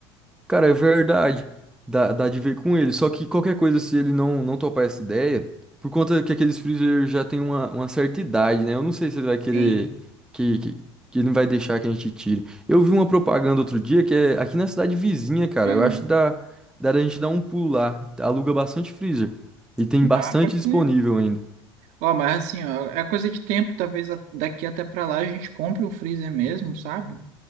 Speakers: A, in the centre; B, on the right (about 60°).
A: Cara, é verdade. Dá, dá de ver com ele. Só que qualquer coisa, se ele não, não topar essa ideia, por conta que aqueles freezer já tem uma, uma certa idade, né? Eu não sei se ele vai querer
B: Sim.
A: que, que, que ele não vai deixar que a gente tire. Eu vi uma propaganda outro dia que é aqui na cidade vizinha, cara.
B: Ah,
A: Eu
B: não.
A: acho que dá, dá da gente dar um pulo lá. Aluga bastante freezer. E tem bastante
B: Ah, pode
A: disponível
B: ser.
A: ainda.
B: Ó, mas assim, ó, é coisa de tempo, talvez a- daqui até pra lá a gente compre um freezer mesmo, sabe?